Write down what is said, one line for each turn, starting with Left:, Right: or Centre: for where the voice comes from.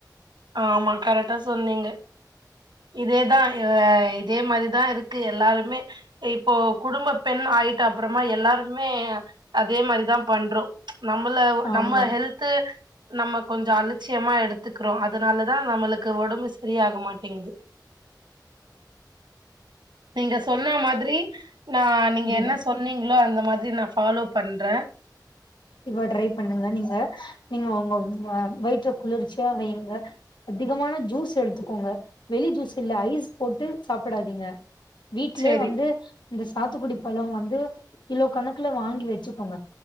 Right: ஆமா கரெட்டா சொன்னீங்க இதேதா அ இதே மாரிதா இருக்கு எல்லாருமே இப்போ குடும்பப் பெண் ஆயிட்ட அப்புறமா எல்லாருமே அதே மாரிதா பண்றோ நம்மள
Left: ஆமா
Right: நம்ம ஹெல்து நம்ம கொஞ்சோ அலச்சியமா எடுத்துக்கிறோ அதனாலதா நம்மளுக்கு ஒடம்பு சரியாக மாட்டேங்குது நீங்க சொன்ன மாதிரி நா நீங்க
Left: முடியு
Right: என்ன சொன்னீங்களோ அந்த மாதிரி நா ஃபாலோ பண்ற
Left: இப்ப ட்ரை பண்ணுங்க நீங்க நீங்க உங்க வ வயிற்ற குளிர்ச்சியா வைங்க அதிகமான ஜூஸ் எடுத்துக்கோங்க வெளி ஜூஸ் இல்ல ஐஸ் போட்டு சாப்பிடாதீங்க வீட்லே
Right: செரி
Left: வந்து இந்த சாத்துக்குடி பழோ வந்து கிலோ கணக்குல வாங்கி வச்சிக்கோங்க